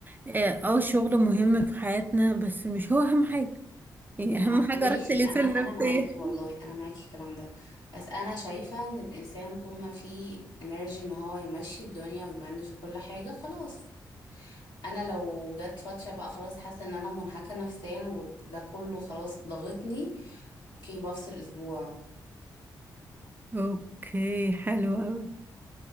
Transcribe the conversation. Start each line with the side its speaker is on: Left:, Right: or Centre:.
Right: اه آه، الشغل مهم في حياتنا بس مش هو اهم حاجة يعني اهم
Left: آه،
Right: <laughs>
Left: ماشي
Right: حاجة راحة الانسان
Left: انا انا
Right: النفسية
Left: معاكي والله
Right: <laughs>
Left: انا معاكي في الكلام ده بس انا شايفة ان الانسان طول ما فيه انرجي ان هو يمشي الدنيا ويمانج كل حاجة خلاص انا لو جت فتره بقى خلاص حاسه ان انا منهكه نفسيا وده كله خلاص ضغطني اوكي بفصل اسبوع
Right: اوكي حلو اوي